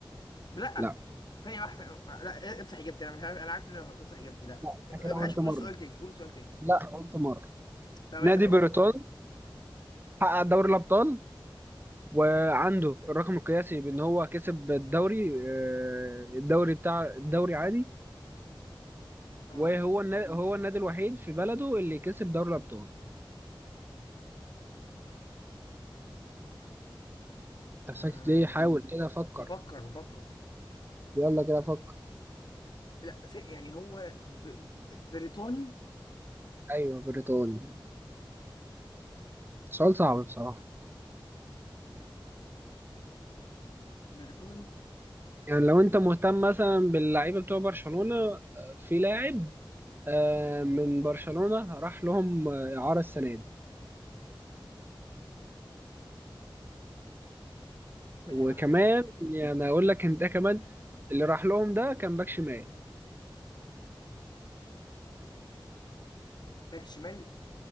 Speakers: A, on the left; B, on the right.
A: لا
B: لا
A: ثانية واحدة لا امسح اجابتي انا مش عارف انا عارف ان انا غلط امسح اجابتي لا
B: لا أنت كده
A: معلش
B: قلت
A: قول
B: مرة
A: السؤال تاني قول السؤال تاني
B: لا قلت مرة
A: طب
B: نادي
A: بس اقول
B: بريطاني حقق دوري الأبطال وعنده الرقم القياسي بأن هو كسب الدوري آه، الدوري بتاع الدوري عادي
A: اه
B: وهو النا... هو النادي الوحيد في بلده اللي كسب دوري الأبطال أنت
A: ما...
B: ساكت ليه حاول كده فكر
A: بفكر بفكر
B: يلا كده فكر
A: لا س... يعني هو ب... بريطاني
B: أيوه بريطاني سؤال صعب بصراحة
A: بريطاني
B: يعني لو أنت مهتم مثلا باللعيبة بتوع برشلونة آه، في لاعب آه، من برشلونة راح لهم آه، إعارة السنة دي
A: ثانية
B: وكمان
A: واحدة
B: يعني أقول لك أنت كمان اللي راح لهم ده كان باك شمال
A: باك شمال